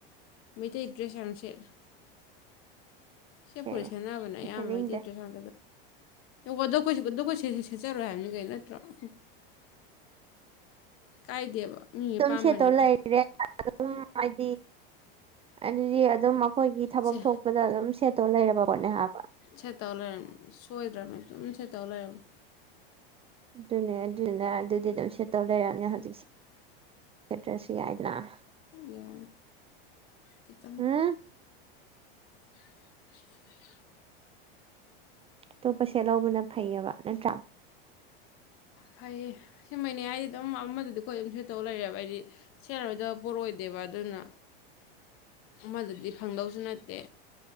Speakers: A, on the left (about 50°); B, on the right (about 20°).
A: ꯃꯩꯇꯩ ꯗ꯭ꯔꯦꯁ ꯌꯥꯝ ꯁꯦꯠꯂꯦ ꯁꯦꯠꯄꯨꯗꯤ
B: ꯁꯦꯠꯂꯦ
A: ꯁꯦꯟꯅꯕꯅꯦ
B: ꯑꯩ
A: ꯑꯌꯥꯝꯕ
B: ꯁꯦꯠꯅꯤꯡꯗꯦ
A: ꯃꯩꯇꯩ ꯗ꯭ꯔꯦꯁ <unintelligible> ꯑꯗꯨ ꯑꯩꯈꯣꯏ ꯁꯦ-ꯁꯦꯠꯆꯔꯣꯏ ꯍꯥꯏꯕꯅꯤ ꯀꯩꯅꯣ ꯅꯠꯇ꯭ꯔꯣ ꯍꯨꯍ꯫ ꯀꯥꯏꯗꯦꯕ ꯃꯤ
B: ꯑꯗꯨꯝ
A: ꯑꯄꯥꯝꯕꯅꯦꯕ
B: ꯁꯦꯠꯇꯣ ꯂꯩꯔꯦ ꯑꯗꯨꯝ ꯍꯥꯏꯗꯤ ꯑꯗꯨꯗꯤ ꯑꯗꯨꯝ ꯑꯩꯈꯣꯏꯒꯤ ꯊꯕꯛ
A: ꯁꯦ
B: ꯊꯣꯛꯄꯗ ꯑꯗꯨꯝ ꯁꯦꯠ ꯇꯣ ꯂꯩꯔꯕꯕꯅꯦ ꯍꯥꯏꯕ
A: ꯁꯦꯠꯇꯧ ꯂꯩꯔꯝꯅꯤ ꯁꯣꯏꯗ꯭ꯔꯕꯅꯤ ꯑꯗꯨꯝ ꯁꯦꯠꯇꯧ ꯂꯩꯔꯝꯃꯦ
B: ꯑꯗꯨꯅꯦ ꯑꯗꯨꯗꯨꯅ ꯑꯗꯨꯗꯤ ꯑꯗꯨꯝ ꯁꯦꯠꯇꯧ ꯂꯩꯔꯝꯅꯦ ꯍꯧꯖꯤꯛꯁꯦ ꯁꯦꯇ꯭ꯔꯁꯨ ꯌꯥꯏꯗꯅ
A: ꯌꯥ ꯀꯈꯤꯇꯪ
B: ꯎꯝ
A: <inaudible>
B: ꯑꯇꯣꯞꯄ ꯁꯦꯠ ꯂꯧꯕꯅ ꯐꯩꯑꯕ ꯅꯠꯇ꯭ꯔꯥ
A: ꯐꯩꯌꯦ ꯁꯤꯃꯩꯅꯤ ꯍꯥꯏꯗꯤ ꯑꯗꯨꯝ ꯑꯃꯗꯗꯤ ꯑꯩꯈꯣꯏ ꯑꯗꯨꯝ ꯁ ꯇꯧ ꯂꯩꯔꯦꯕ ꯑꯩꯗꯤ ꯁꯦꯔꯣꯏꯗ ꯄꯣꯔꯛꯑꯣꯏꯗꯦꯕ ꯑꯗꯨꯅ ꯑꯃꯗꯨꯗꯤ ꯐꯪꯗꯧꯁꯨ ꯅꯠꯇꯦ